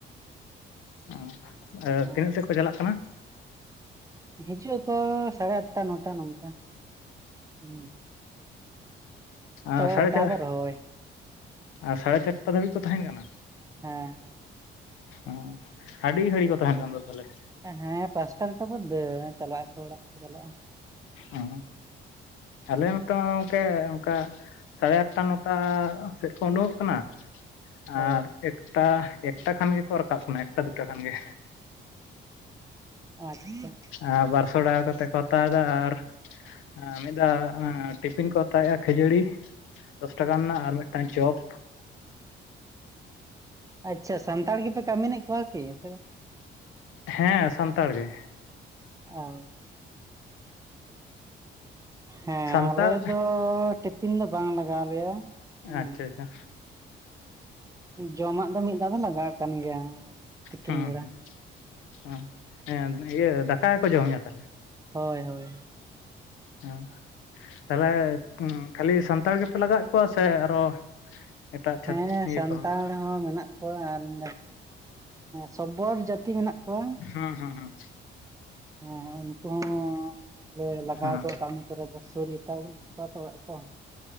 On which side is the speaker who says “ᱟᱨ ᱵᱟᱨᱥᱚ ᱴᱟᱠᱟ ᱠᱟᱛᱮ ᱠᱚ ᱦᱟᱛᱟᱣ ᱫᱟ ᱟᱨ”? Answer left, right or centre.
Left